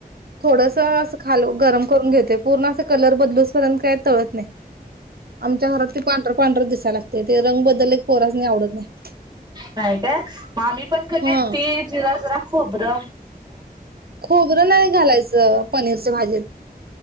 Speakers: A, on the right; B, on the right.
A: थोडस अस खालुन गरम करून घेतोय पूर्ण अस ते कलर बदलूसपर्यंत काय तळत नाही. आमच्या घरात ते पांढर पांढर दिसाय लागते, ते रंग बदलले की पोरा नाही आवडत जा
B: नाही काय, म आम्ही पण कधी
A: हा
B: तिळ, जिरा जरा खोबर
A: खोबरं नाही घालायचं, पनीर च्या भाजीत.